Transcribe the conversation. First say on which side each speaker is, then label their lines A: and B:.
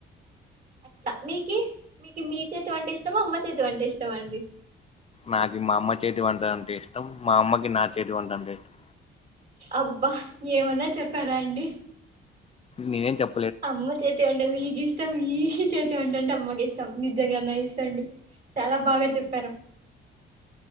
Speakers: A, on the right; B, on the left.
A: అట్లా మీకు మీకు మీ చేతి అంటే ఇష్టమ అమ్మ చేతి అంటే ఇష్టం అండి
B: నాకు మా అమ్మ చేతి వంట అంటే ఇష్టం మా అమ్మకి నా చేతి వంట అంటే ఇష్టం
A: అబ్బా ఏమన్నా చెప్పారా అండి
B: నేనేం చెప్ప
A: అమ్మ చేతి వంట మీగి ఇష్ట ఇష్టం ఈ చేతి వంట అంటే అమ్మకి ఇష్టం నిజంగా నైస్ అండి చాలా బాగా చెప్పారు